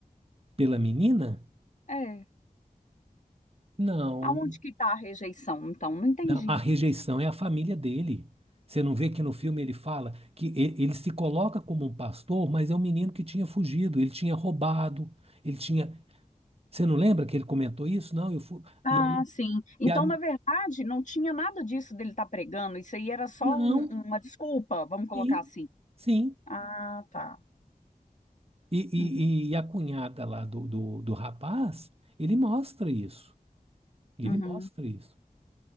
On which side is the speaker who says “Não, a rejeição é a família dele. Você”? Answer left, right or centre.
Right